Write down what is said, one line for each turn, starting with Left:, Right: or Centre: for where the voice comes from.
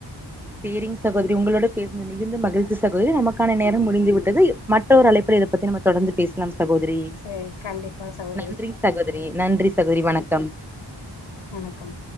Centre: சேரிங் சகோதரி உங்களோட <inaudible> மிகுந்த மகிழ்ச்சி சகோதரி நமக்கான நேரம் முடிந்து
Left: ம்
Centre: விட்டது மற்றொரு அழைப்புல இத பத்தி நம்ம தொடர்ந்து பேசலாம் சகோத ரி
Left: சரி கண்டிப்பா சகோதரி
Centre: நன்றிங் சகோதரி நன்றி சகோதரி வணக்கம்
Left: வணக்கம்